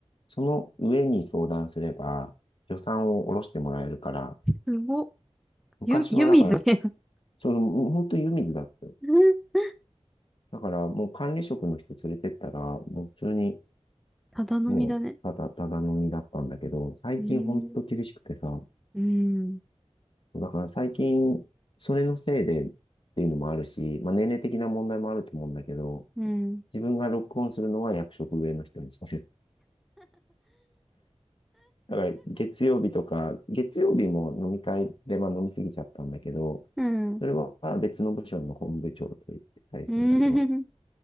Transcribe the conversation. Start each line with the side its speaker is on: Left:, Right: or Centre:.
Left: その上に相談すれば予算を下ろしてもらえるから、
Centre: すごっ。
Left: 昔はだから、
Centre: 湯湯水ね。
Left: その、本当湯水だったよ。
Centre: <laughs>
Left: だからもう管理職の人連れてったら、もう普通に
Centre: ただ飲みだね。
Left: もう、ただただ飲みだったんだけど、最近ほんと厳しくてさ、
Centre: うーん。うん。
Left: だから最近、それのせいでっていうのもあるし、まあ年齢的な問題もあると思うんだけど、
Centre: うん。
Left: 自分がロックオンするのは役職上の人にしてる。だから月曜日とか、月曜日も飲み会でまあ飲みすぎちゃったんだけど、
Centre: うん。
Left: それは別の部署の本部長と言ってたりするんだけど、
Centre: うん。<laughs>